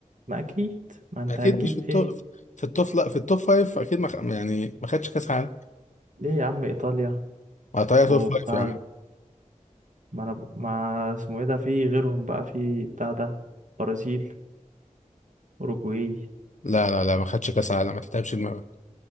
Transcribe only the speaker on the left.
اكيد
مش في التوب
في التوب لا في التوب فايف اكيد ما خ... يعني ما خدش كاس عالم
هتلاقيها
توب فايف يعني
لا لا لا ما خدش كاس عالم ما تتعبش دماغك